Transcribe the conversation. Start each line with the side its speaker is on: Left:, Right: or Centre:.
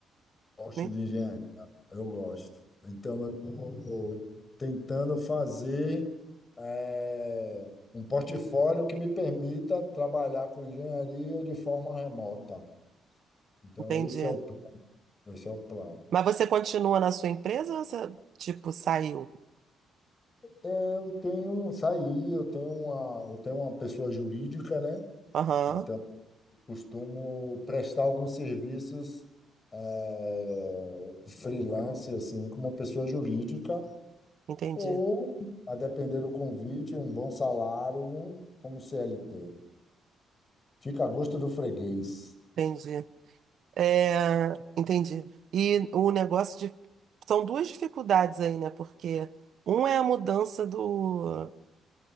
Left: gosto
Right: né?
Left: de engenharia, eu gosto. Então, eu estou tentando fazer eh, um portfólio que me permita trabalhar com engenharia de forma remota. Então,
Right: Entendi.
Left: esse é o, esse é o plano.
Right: Mas você continua na sua empresa ou você, tipo, saiu?
Left: Eu tenho, saí, eu tenho uma, eu tenho uma pessoa jurídica, né?
Right: Aham,
Left: Então, eu costumo prestar alguns serviços eh, freelance, assim, como pessoa jurídica.
Right: entendi,
Left: Ou A depender do convite, um bom salário, como CLT. Fica a gosto do freguês.
Right: entendi. É, entendi. E o negócio de... São duas dificuldades aí, né? Porque um é a mudança do,